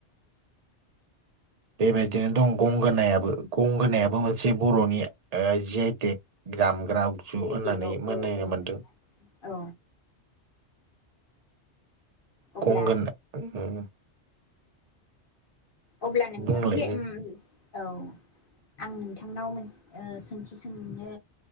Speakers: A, on the right (about 40°); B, on the left (about 55°).
A: बेबायदिनो दं गंगोनायाबो गंगोनायाबो मोनसे बर'नि ओ जि आइ टेक ग्राम ग्रा आगजु
B: जि आइ
A: होननानै
B: टेकआव
A: मोनेनो
B: औ औ
A: मोनदों
B: नंगौदां औ अब्ला
A: गंगोन उम
B: अब्ला नोंथां
A: बुंलाय
B: जे
A: नों
B: उमज औ आं नोंथांनाव मोनस ओ सोंथि सोंनो